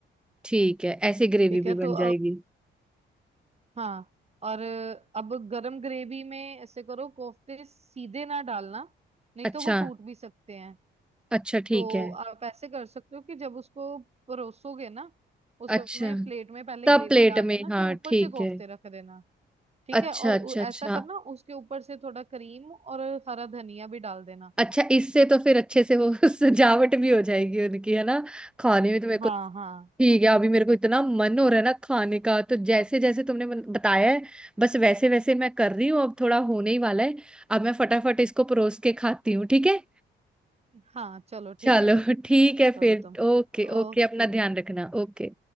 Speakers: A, in the centre; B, on the right (about 30°).
A: ठीक है ऐसे ग्रेवी
B: ठीक है
A: भी बन
B: तो
A: जाएगी
B: हाँ और अब गरम ग्रेवी में ऐसे करो कोफ्ते सीधे ना डालना नहीं
A: अच्छा
B: तो वो टूट भी सकते हैं
A: अच्छा ठीक
B: तो
A: है
B: आप ऐसे कर सकते हो कि जब उसको परोसोगे ना उस
A: अच्छा
B: समय प्लेट में पहले
A: तब
B: ग्रेवी
A: प्लेट
B: डाल
A: में
B: देना
A: हाँ
B: फिर ऊपर
A: ठीक
B: से कोफ्ते
A: है
B: रख देना ठीक
A: अच्छा
B: है और
A: अच्छा
B: उ-
A: अच्छा
B: ऐसा करना उसके ऊपर से थोड़ा क्रीम और हरा धनिया भी डाल देना
A: अच्छा इससे तो फिर अच्छे से वो <laughs> सजावट भी हो जाएगी उनकी है ना खाने में तो मेरे को
B: हाँ हाँ
A: ठीक है अभी मेरे को इतना मन हो रहा है ना खाने का तो जैसे जैसे तुमने बन- बताया है बस वैसे वैसे मैं कर रही हूँ अब थोड़ा होने ही वाला है अब मैं फटाफट इसको परोस के खाती हूँ ठीक है
B: हाँ चलो
A: चलो
B: ठीक है
A: <laughs> ठीक है
B: करो
A: फिर
B: तुम
A: ओके
B: ओके
A: ओके अपना ध्यान रखना ओके